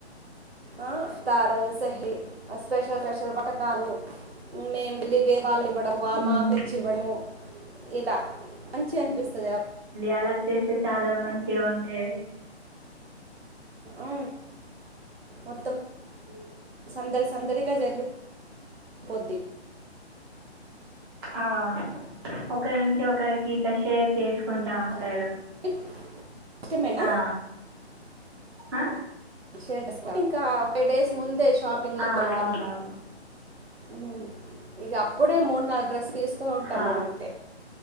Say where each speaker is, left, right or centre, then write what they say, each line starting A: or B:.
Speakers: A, on the right (about 65°); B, on the right (about 20°).
A: ఆ స్థారు సహీ స్పెషల్ స్పెషల్ వటకాలు మేములివే వాళ్ళు ఇవ్వడం వాళ్ళు
B: ఉమ్
A: మాకు తెచ్చి ఇవ్వడము ఇల మంచి అనిపిస్తది అ
B: ఎలా చేస్తే చాలా మంచిగ ఉంటది
A: అ మొత్తం
B: మిలాగా
A: సందడి సందడిగా జరిగి పోది
B: ఆ ఒకరి నుంచి ఒకరికి ఇట్లా షేర్ చెసు కుంటా ఉంటారు
A: అలా మీకు ఇష్టమేనా
B: ఆ ఆ
A: షెడస్క ఇంకా ఫై డేస్ ముందేష్ షాపింగ్లకి
B: ఆ
A: వెళ్ళడం
B: అవునవును
A: ఉ ఇగ అప్పుడే మూడు నాలుగు డ్రెస్ తీసుకొ ఉంటాం
B: హా
A: మేము అంతె